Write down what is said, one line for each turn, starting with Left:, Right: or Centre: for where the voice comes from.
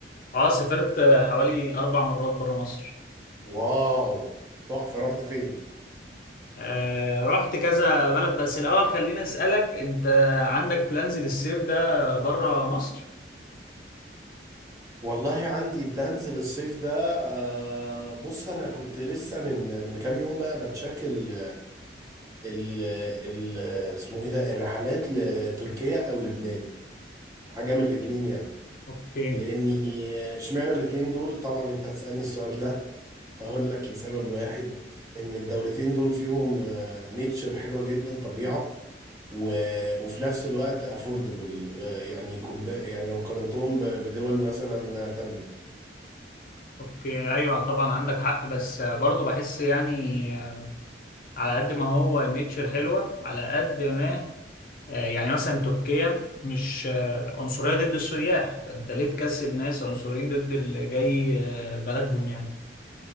Left: اه سافرت حوالي اربع مرات بره مصر
Right: واو تحفة رحت فين
Left: آه رحت كذا بلد بس الاول خلينا اسالك انت عندك بلانز للصيف ده بره مصر؟
Right: والله عندي بلانز للصيف ده آه، بص انا كنت لسه من من كام يوم بقى بتشكل ال ال اسمه ايه ده الرحلات لتركيا او لبنان حاجة من الاتنين يعني
Left: اوكي
Right: لاني اشمعنى الاتنين دول طبعا انت هتسالني السؤال ده هقول لك لسبب واحد ان الدولتين دول فيهم نيتشر حلوه جدا طبيعه و... وفي نفس الوقت افوردبل يعني كومب... يعني لو قارنتهم ب... بدول مثلا تانية
Left: اوكي ايوه طبعا عندك حق بس برضه بحس يعني آه، على قد ما هو النيتشر حلوة على قد ما آه، يعني مثلا تركيا مش آه، عنصرية ضد السياح فأنت ليه تكسب ناس عنصريين ضد اللي جاي آه، بلدهم يعني